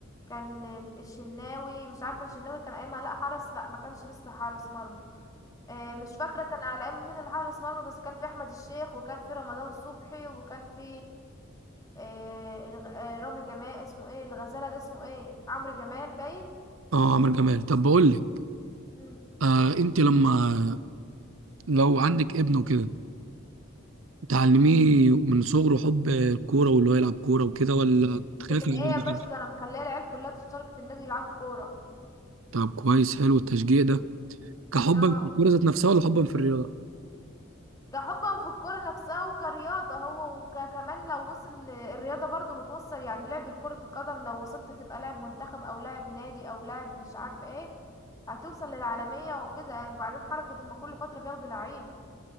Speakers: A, on the left (about 15°); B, on the right (about 75°).
A: كان الشناوي مش عارفه الشناوي كان ايامها لا حرس لا ما كانش لسه حرس مرمى آه، مش فاكرة كان على ايام مين اللي حارس مرمى بس كان في احمد الشيخ وكان في رمضان صبحي وكان في آه، الغ- آه، رامي جمال اسمه ايه الغزالة ده اسمه ايه عمرو جمال باين
B: اه عمرو جمال طب بقول لك
A: مم.
B: آه انت لما لو عندك ابن وكده تعلميه من صغره حب الكورة واللي هو يلعب كورة وكده ولا
A: ده
B: تخاف
A: من
B: من
A: ايه
B: الجو
A: يا باشا
B: ده؟
A: ده انا مخليه العيال كلها تشترك في النادي يلعبوا كورة
B: طب كويس حلو التشجيع ده كحبا
A: اه
B: في الكورة ذات نفسها ولا حبا في الرياضة؟
A: كحبا في الكرة نفسها وكرياضة هو وكمان لو وصل ل- الرياضة برضو بتوصل يعني لعب كرة القدم لو وصلت تبقى لاعب منتخب او لاعب نادي او لاعب مش عارفة ايه هتوصل للعالمية وكده يعني بعدين حركة اما كل فترة بياخدوا لعيبة